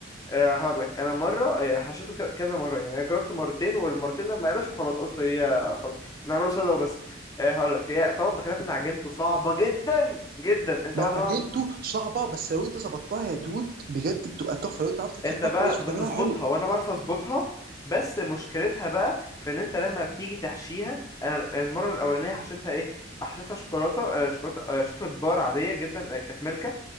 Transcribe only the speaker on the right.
مع
اجنته صعبه بس لو انت ظبطتها يا دود بجد بتبقى تحفه لو انت عرفت تلفها
كويس وتعملها
حلو